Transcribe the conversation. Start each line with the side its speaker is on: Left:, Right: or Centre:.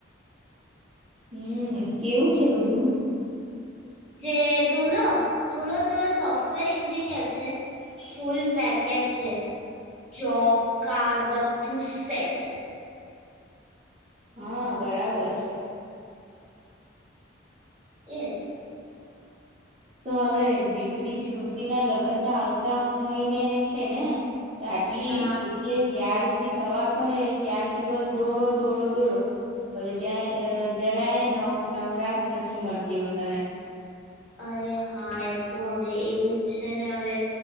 Right: હમ કેવું છે બધું?
Centre: જે દુલો દુલો તો સોફ્ટવેર એન્જિનિયર છે, ફૂલ પેકેજ છે, જોબ કાર બધું સેટ.
Right: હા બરાબર છે.
Centre: એ જ.
Right: તો હવે દીકરી શ્રુતિ ના લગ્ન તો આવતા મહિને છે ને. તો આટલી
Centre: હા
Right: એટલે જ્યાં થી સવાર પડે ત્યારથી બસ દોડો દોડો દોડો, હવે જ્યા જરાય એ નવ નવરાશ નથી મળતી હોય તને.
Centre: અરે હા એ તો હવે એવું જ છે ને હવે,